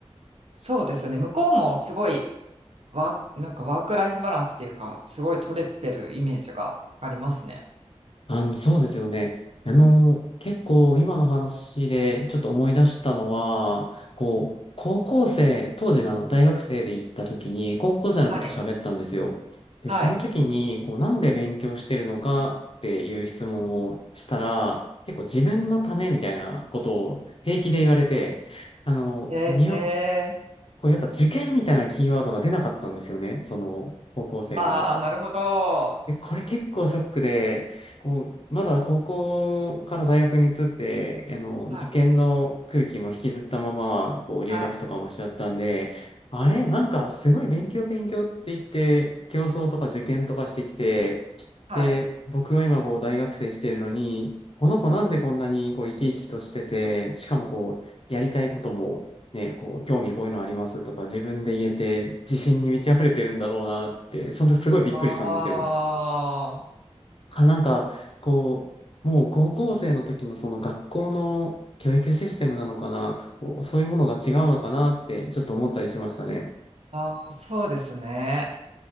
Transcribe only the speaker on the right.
そうですよね。向こうもすごいワー、なんかワークライフバランスっていうか、すごい取れてるイメージがありますね。
はい。
はい。
ええー
ああー、なるほど。
はい。
はい。
はい。
ああ、
ああ、そうですね。